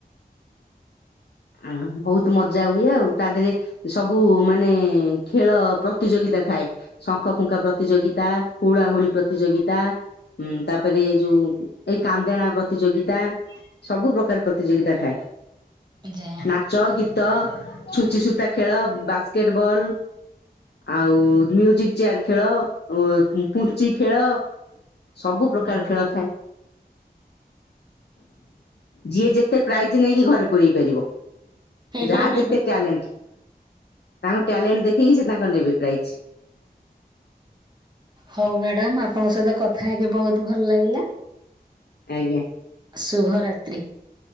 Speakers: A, on the left; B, on the right.
A: ଆ ବହୁତ୍ ମଜା ହୁଏ ଆଉ ତା ଧେରେ ସବୁ ମାନେ ଖେଳ ପ୍ରତିଯୋଗିତା ଥାଏ। ଶଙ୍ଖ ଫୁଙ୍କା ପ୍ରତିଯୋଗିତା ହୁଳାହୁୁଳି ପ୍ରତିଯୋଗିତା। ହୁଁ ତାପରେ ଏଇ ଯୋଉ ଏଇ କାନ୍ଦେଣା ପ୍ରତିଯୋଗିତା ସବୁ ପ୍ରକାର ପ୍ରତିଯୋଗିତା ଥାଏ।
B: ଯାହା
A: ନାଚ
B: ହଉ।
A: ଗୀତ ଛୁଞ୍ଚି ସୂତା ଖେଳ ବାସ୍କେଟ ବଲ୍। ଆଉ ମ୍ୟୁଜିକ୍ ଚେୟାର ଖେଳ ଅ ପୁ ପୁଚି ଖେଳ। ସବୁ ପ୍ରକାର
B: ହୁଁ
A: ଖେଳ ଥାଏ। ଯିଏ ଯେତେ ପ୍ରାଇଜ୍ ନେଇକି ଘରେ ପୁରେଇ ପାରିବ। ଯାହାର
B: ହୁଁ ହୁଁ
A: ଯେତେ ଟ୍ୟାଲେଣ୍ଟ ତାଙ୍କ ଟ୍ୟାଲେଣ୍ଟ ଦେଖେଇ ସିଏ ତାଙ୍କର ନେବେ ପ୍ରାଇଜ। ଆ
B: ହଉ ମ୍ୟାଡ଼ାମ୍ ଆପଣଙ୍କ ସହିତ କଥା ହେଇକି ବହୁତ ଭଲ ଲାଗିଲା।
A: ଆଜ୍ଞା।
B: ଶୁଭମ ରାତ୍ରି।